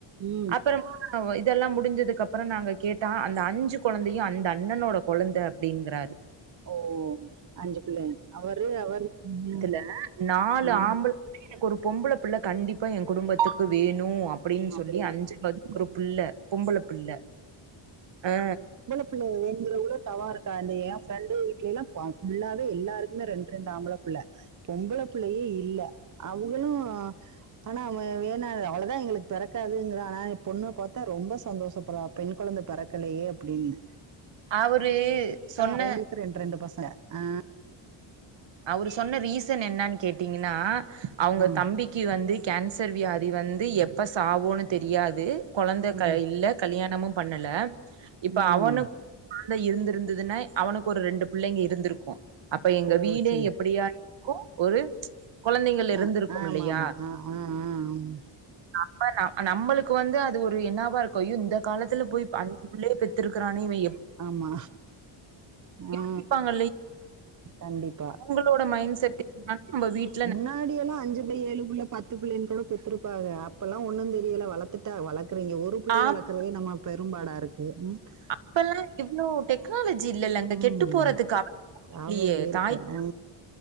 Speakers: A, on the right (about 40°); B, on the right (about 60°).
A: ம்
B: அப்புறமா இதெல்லா முடிஞ்சதுக்கப்புறோ நாங்க கேட்டா அந்த அஞ்சு கொழந்தையு அந்த அண்ணனோட கொழந்த அப்டிங்றாரு
A: ஓ அஞ்சு புள்ளைங்க அவரு அவர் ம்,
B: ல நாலு
A: ம்,
B: ஆம்பள பிள்ள எனக்கொரு பொம்பள பிள்ள என் குடும்பத்துக்கு வேணு அப்டின்னு
A: அப்படின்னு
B: சொல்லி அஞ்சு <inaudible> த்துக்கு ஒரு புள்ள பொம்ம்பள பிள்ள ஆ
A: ள்ள வேனுங்கிறவங்ளு தவோ இருக்கா அந்த என் ஃப்ரெண்டு வீட்லல்லா ஃபுல்லாவே எல்லாருக்குமே ரெண்டு ரெண்டு ஆம்பள பிள்ள பொம்பள பிள்ளயே இல்ல அவங்களு ஆனா வேணா அவ்ளோதா எங்களுக்கு பெறக்காதுங்கற ஆனா பொண்ணு பாத்தா ரொம் சந்தோஷப்பறா பெண் கொழந்த பிறக்கலையே அப்டின்னு
B: அவரூ சொன்ன
A: பையனுக்கும் ரெண்டு ரெண்டு பசங்க ஆ
B: அவரு சொன்ன ரீசன் என்னன்னு கேட்டீங்கன்னா அவுங்க
A: ம்,
B: தம்பி க்கி வந்து கேன்சர் வியாதி வந்து எப்போ சாவோன்னு தெரியாது கொழந்த
A: ம்,
B: இல்ல கல்யாணமு பண்ணல இப்ப
A: ம்
B: அவனு ஆன இருந்திருந்துன்னா அவனுக்கொரு ரெண்டு பிள்ளைங்க இருந்திருக்கு அப்ப எங்க
A: ஓ
B: வீடே
A: சேரி
B: எப்ப டியாக்கு ஒரு கொழந்தைங்க இருந்திருக்கு
A: ஆ ஆமா
B: இல்லயா
A: ஆமா ஆ ஆ ஆ ம்
B: நம்ம நம்மளுக்கு வந்து அது ஒரு என்னாவாருக்கு யோ இந்த காலத்துல போய் பன் புள்ளய பெத்திருக்கானே இவே
A: ஆமா ஆ
B: யோசிப்பாங்க
A: கண்டிப்பா
B: உங்களோட மைண்ட் செட்டு <inaudible>
A: முன்னாடி எல்லா அஞ்சு புள்ள ஏழு புள்ள பிள்ளைல் கூட பெத்துருப்பாக அப்பெல்லா ஒன்னு தெரியல வளர்த்துட்டா வளக்றீங்க ஒரு பிள்ளய
B: ஆம்
A: குறதே நம்ம பெரும்பாடாருக் <unintelligible>
B: அப்பல்லா இவ்ளோ டெக்னாலஜி இல்லல்லங்க
A: ம்
B: கெட்டு போறதுக்காக
A: ஞாபக
B: இல்லையே
A: இருக்கு
B: தாய் <inaudible>
A: ஆ